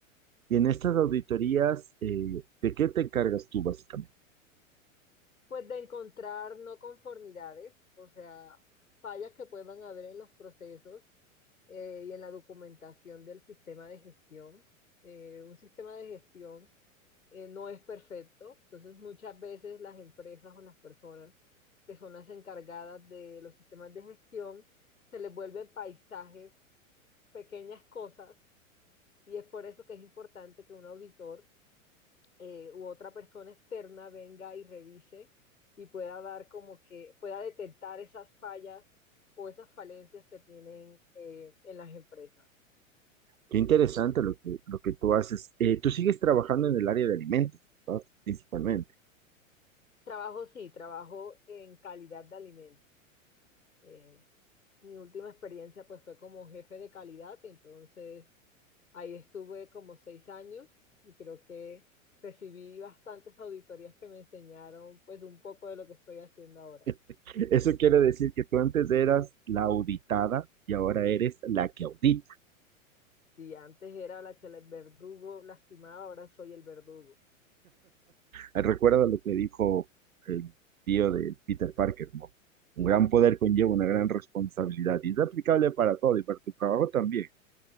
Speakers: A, on the right; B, on the left.
A: Y en estas auditorías, eh, ¿de qué te encargas tú básicamente?
B: Pues de encontrar no conformidades, o sea, fallas que puedan haber en los procesos eh, y en la documentación del sistema de gestión. Eh, un sistema de gestión eh, no es perfecto, entonces muchas veces las empresas o las personas que son las encargadas de los sistemas de gestión se les vuelven paisajes, pequeñas cosas, y es por eso que es importante que un auditor eh, u otra persona externa venga y revise y pueda dar como que pueda detectar esas fallas o esas falencias que tienen eh, en las empresas.
A: Qué interesante lo que, lo que tú haces. Eh, tú sigues trabajando en el área de alimentos, ¿verdad? Principalmente.
B: Trabajo sí, trabajo en calidad de alimentos. Eh, mi última experiencia pues fue como jefe de calidad, entonces ahí estuve como seis años y creo que recibí bastantes auditorías que me enseñaron pues un poco de lo que estoy haciendo ahora.
A: <laughs> Eso quiere decir que tú antes eras la auditada y ahora eres la que audita.
B: Si antes era la que el verdugo lastimaba, ahora soy el verdugo.
A: Eh, Recuerda lo que dijo el tío de Peter Parker, ¿no? Un gran poder conlleva una gran responsabilidad y es aplicable para todo y para tu trabajo también.